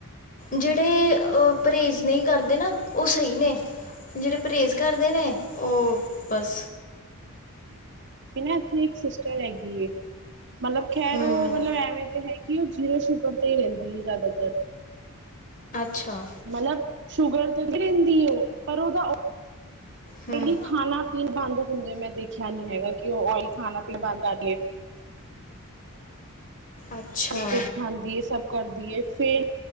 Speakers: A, on the left; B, on the right.
A: ਜੇੜੇ ਪਰੇਜ਼ ਨਹੀਂ ਕਰਦੇ ਨਾ ਉਹ ਸਹੀ ਨੇ। ਜੇੜੇ ਪਰੇਜ਼ ਕਰਦੇ ਨੇ ਉਹ ਬਸ।
B: ਮੇਰੀ ਨਾ ਇੱਥੇ ਇੱਕ ਸਿਸਟਰ ਹੈਗੀ ਏ, ਮਤਲਬ ਖੈਰ
A: ਹੂੰ
B: ਉਹ ਮਤਲਬ ਐਵੇਂ ਤੇ ਹੈ ਕਿ ਉਹ ਜੀਰੋ ਸ਼ੂਗਰ ਤੇ ਹੀ ਰੈਂਦੀ ਏ ਜ਼ਿਆਦਾਤਰ।
A: ਅੱਛਾ।
B: ਮਤਲਬ ਸ਼ੂਗਰ ਤੇ ਰੈਂਦੀ ਉਹ ਪਰ ਉਹਦਾ
A: ਹੂੰ
B: ਪੈਲੀ ਖਾਣਾ ਪੀਣ ਬੰਦ ਹੁੰਦੇ ਮੈਂ ਦੇਖਿਆ ਨੀ ਹੈਗਾ ਕਿ ਉਹ ਓਇਲ ਖਾਣਾ ਪੀਣਾ ਬੰਦ ਰਹੀ ਏ।
A: ਅੱਛਾ
B: ਜੰਕ ਫੂਡ ਖਾਂਦੀ ਏ, ਸਭ ਕਰਦੀ ਏ ਫੇਰ